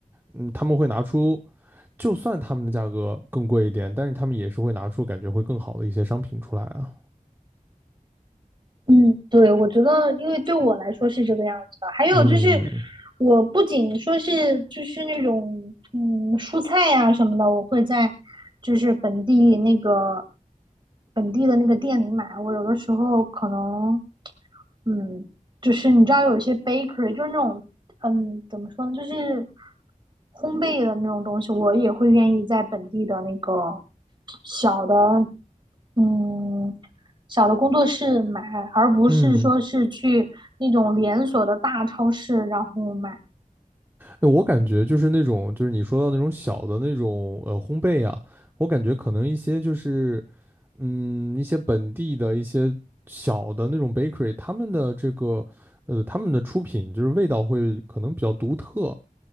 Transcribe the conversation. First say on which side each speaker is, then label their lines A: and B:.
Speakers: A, on the right; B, on the right.
A: 嗯他们会拿出。就算他们的价格更贵一点，但是他们也是会拿出感觉会更好的一些商品出来啊。
B: 嗯，对，我觉得，因为对我来说是这个样子的。还有就是，
A: 嗯
B: 我不仅说是就是那种嗯蔬菜呀、什么的，我会在就是本地那个本地的那个店里买。我有的时候可能，嗯，就是你知道有些 bakery 就是那种嗯，怎么说呢？就是烘焙的那种东西，我也会愿意在本地的那个小的，嗯，小的工作室买，而不是说是去那种连锁的大超市然后买。
A: 嗯，哎我感觉就是那种，就是你说到那种小的那种呃烘焙啊，我感觉可能一些就是嗯一些本地的一些小的那种 bakery，他们的这个呃他们的出品就是味道会可能比较独特，